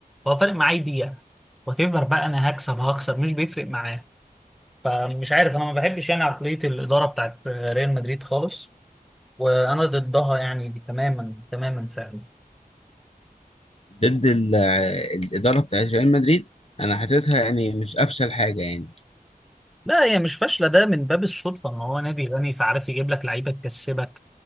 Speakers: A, in the centre; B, on the left (about 40°).
A: هو فارق معاه يبيع وتفر بقى انا هكسب هخسر مش بيفرق معاه فمش عارف انا ما بحبش يعني عقلية الإدارة بتاعت ريال مدريد خالص وانا ضدها يعني تماما تماما فعلا
B: ضد ال- الاداره بتاعت ريال مدريد انا حاسسها يعني مش افشل حاجه يعني
A: لا هي مش فاشله ده من باب الصدفه ان هو نادي غني فعارف يجيب لك لعيبه تكسبك